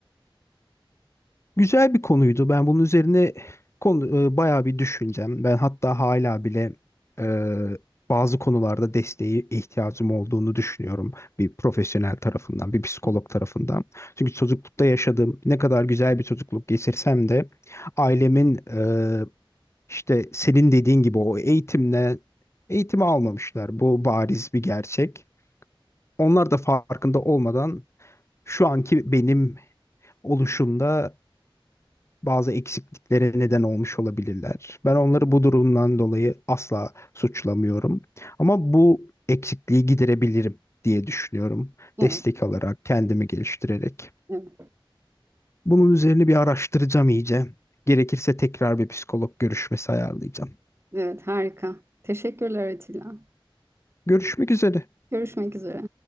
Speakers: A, on the left (about 30°); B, on the right (about 30°).
A: Güzel bir konuydu. Ben bunun üzerine konu e, bayağı bir düşüneceğim. Ben hatta hala bile e, bazı konularda desteğe ihtiyacım olduğunu düşünüyorum. Bir profesyonel tarafından, bir psikolog
B: Evet,
A: tarafından. Çünkü çocuklukta yaşadığım ne kadar güzel bir çocukluk geçirsem de ailemin e, işte senin dediğin gibi o eğitimle eğitimi almamışlar. Bu bariz bir gerçek. Onlar da farkında olmadan şu anki benim oluşumda bazı eksikliklere neden olmuş olabilirler. Ben onları bu durumdan dolayı asla suçlamıyorum. Ama bu eksikliği giderebilirim diye düşünüyorum.
B: evet,
A: Destek alarak, kendimi geliştirerek.
B: evet,
A: Bunun üzerine bir araştıracağım iyice. Gerekirse tekrar bir psikolog görüşmesi ayarlayacağım.
B: evet harika. Teşekkürler Atilla.
A: Görüşmek üzere.
B: Görüşmek üzere.